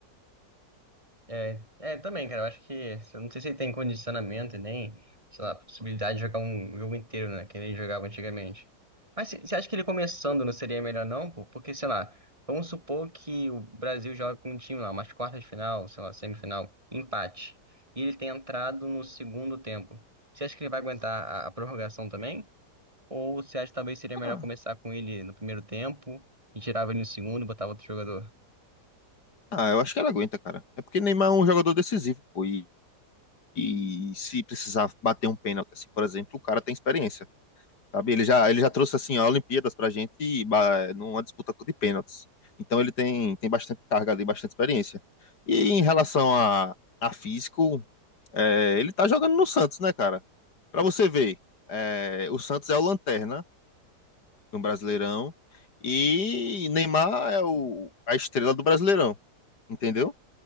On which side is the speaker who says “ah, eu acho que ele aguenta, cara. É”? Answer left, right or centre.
Left